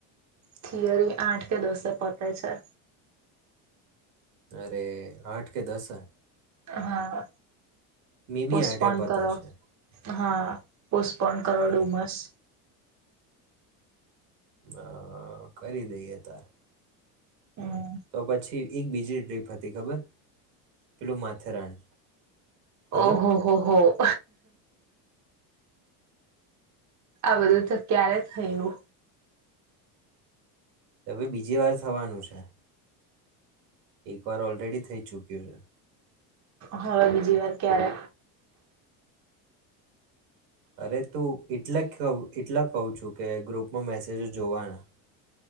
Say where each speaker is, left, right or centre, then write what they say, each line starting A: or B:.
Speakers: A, on the right; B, on the right.
A: થિયરી આઠ કે દસે પતે છે
B: અરે આઠ કે દસ જ
A: હા
B: મે બી
A: પોસ્ટપોન
B: આઠે પતે
A: કરો
B: છે
A: હા પો કોણ કરોડ
B: હમ
A: ડુમસ
B: અ કરી દઈએ તાર
A: હમ
B: તો પછી એક બીજી ટ્રીપ હતી ખબર પેલું માથેરાન ખબર
A: ઓહો હો હો <inaudible> આ બધું તો ક્યારે થયું
B: હવે બીજી વાર થવાનું છે એક વાર ઓલરેડી થઈ ચુક્યું છે
A: હવે બીજી વાર ક્યારે
B: અરે તુ એટલે કહું એટલા કહું છું કે ગ્રુપમાં મેસેજો જોવાના